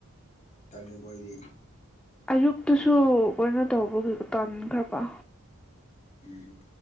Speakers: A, on the left; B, in the centre.
A: ꯇꯜꯂꯦꯀꯣ ꯑꯩꯗꯤ
B: ꯑꯌꯨꯛꯇꯨꯁꯨ ꯀꯩꯅꯣ ꯇꯧꯕꯒꯤ ꯇꯥꯟꯈ꯭ꯔꯕ
A: ꯎꯝ